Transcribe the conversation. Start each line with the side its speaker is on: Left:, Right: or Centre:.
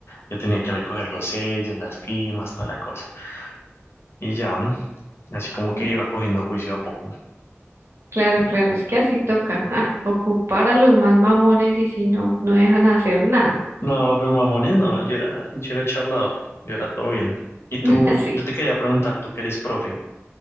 Left: yo tenía que recoger los sellos, las firmas, toda la cosa. Y ya, mm, así como que
Right: Bueno,
Left: iba cogiendo juicio a poco.
Right: claro, claro, es que así toca. ah, ocupar a los más mamones y si no, no dejan hacer nada.
Left: No, pero mamones, no, yo era, yo era charlador, yo era todo bien. Y
Right: <laughs>
Left: tú,
Right: Así.
Left: yo te quería preguntar, tú que eres profe.